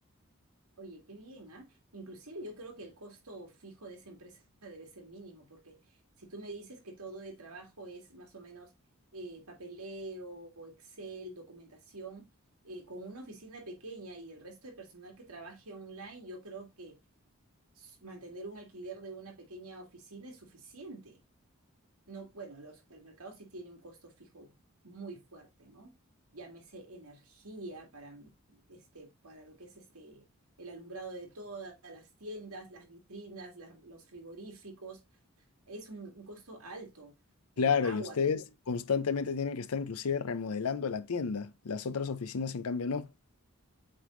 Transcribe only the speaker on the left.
Claro,
y ustedes
constantemente tienen que estar inclusive remodelando la tienda. Las otras oficinas, en cambio, no.